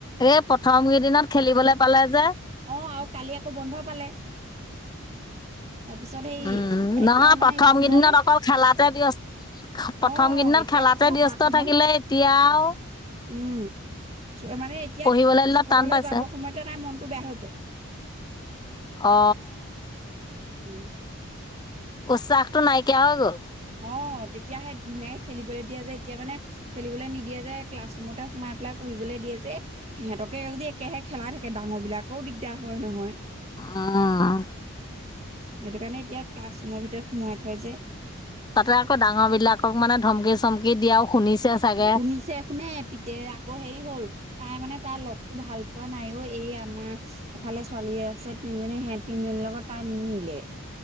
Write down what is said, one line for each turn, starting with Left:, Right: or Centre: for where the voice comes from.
Left: এই প্ৰথম কেইদিনত খেলিবলে পালে যে
Right: অ আৰু কালি আকৌ বন্ধ পালে <inaudible> তাৰপিছত সেই
Left: উম,
Right: এতিয়া
Left: নহয়
Right: মানে
Left: প্ৰথম
Right: স্কুললে
Left: কেইদিনত
Right: <inaudible>
Left: অকল খেলাতে ব্যস্ত প্ৰথম
Right: অহ
Left: কেইদিনত
Right: এতিয়া
Left: খেলাতে
Right: পঢ়া
Left: ব্যস্ত
Right: স সময়
Left: থাকিলে এতিয়া আৰু
Right: উম মানে এতিয়া
Left: পঢ়িবলৈ দিলত
Right: স্কুললৈ
Left: টান পাইছে।
Right: যাব সময়তে তাই মনতটো বেয়া হৈ পৰে
Left: অ
Right: উম
Left: উচাকটো নাইকিয়া হৈ গ'ল
Right: অ তেতিয়া সে খেলিবলৈ দিয়া যে এতিয়া মানে খেলিবলৈ নিদিয়ে যে ক্লাছ ৰুমতে সোমাই পেলাই পু়ঢ়িবলৈ দিয়ে যে সিহঁতকে যদি একেহে খেলাই থাকে ডাঙৰ বিলাকৰও দিগদাৰ হয় নহয়
Left: অ
Right: সেইটো কাৰণে এতিয়া ক্লাছ ৰুমৰ ভিতৰত সোমাই থয় যে
Left: তাতে আকৌ ডাঙৰ বিলাকক মানে ধমকি চমকি দিয়াও শুনিছে চাগে।
Right: শুনিছে শুনে পিতে আকৌ হেৰি হল তাই মানে তাৰ লগতো ভাল পোৱা নাইও এই আমাৰ এফালে ছোৱালী আছে তিনজনী সেই তিনজনীৰ লগত তাই নিমিলে